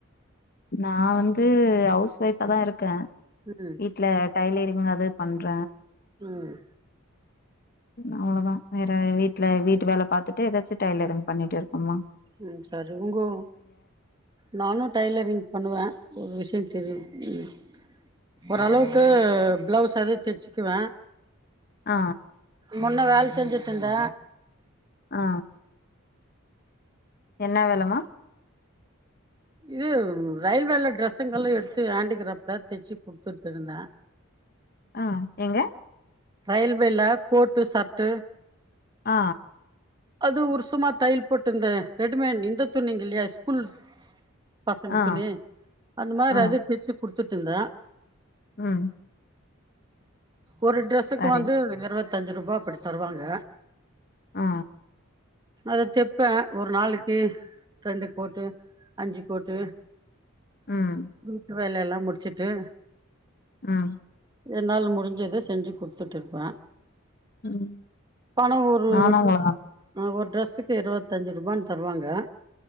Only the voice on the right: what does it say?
ம்ம்
ம்
ம் சரி உங்கோ நானு டை்லரிங் பண்ணுவ ஒரு விஷயோ தெரியு ம் ஒரளவுக்கு பிளவுஸ் அதே தச்சுக்குவ
முன்ன வேலசெஞ்சுட்டு இருந்த
இது ரயில்வேல ட்ரெஸ்சுங்கல்லா எடுத்து ஹேண்டிகிராப்ட்ல தச்சு குடுத்துட்டிருந்த
ரயில் வேல கோட்டு சர்ட்டு
அது ஒருஷமா தயல் போட்டுருந்த ரெடிமேட் இந்த துணிங்க இல்லையா ஸ்கூல் பசங்க
துணி அந்த மாரி
அது தெச்சு குடுத்துட்டு இருந்த
ஒரு ட்ரெஸ்ஸுக்கு
வந்து இரவத்தஞ்சு ரூபா அப்டி தருவாங்க
அத தெப்பே ஒரு நாளைக்கு ரெண்டு கோட்டு அஞ்சிக்கோட்டு
வீட்டு வேலயெல்லா முடிச்சுட்டு
என்னால முடிஞ்சத செஞ்சு குடுத்துட்டுருப்ப
பணோ ஒரு
ஒரு
ஒரு ட்ரெஸ்ஸுக்கு இரவத்தஞ்சு ரூபான்னு தருவாங்க